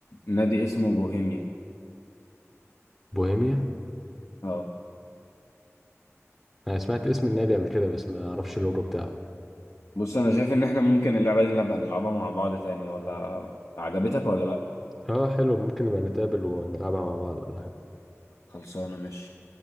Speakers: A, on the left; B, in the centre.
A: نادي اسمه بوهيميان
B: بوهيميا
A: اه
B: انا سمعت اسم النادي قبل كده بس ما اعرفش اللوجو بتاعه
A: بص انا شايف ان احنا ممكن اللعبة دي نلعبها نلعبها مع بعض تاني ولا عجبتك ولا لا
B: اه حلو ممكن نبقى نتقابل ونلعبها مع بعض ولا حاجة.
A: خلصانة ماشي